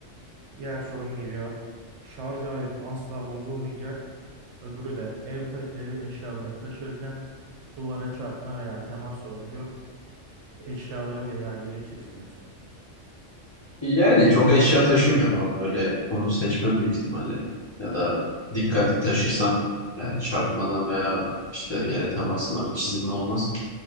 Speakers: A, on the right; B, on the left.
A: Diğer sorum geliyor. Şarj aletin asla bozulmayacak. Öbürü de ev, ta- ev eşyalarını taşırken duvara çarpma veya temas sonucu Eşyaları veya yeri çizmiyorsun.
B: Yani çok eşya taşımıyorum abi. Böyle onu seçmem büyük ihtimalle. Ya da dikkatli taşırsam yani çarpmadan veya işte yere temasından bir çizilme olmaz.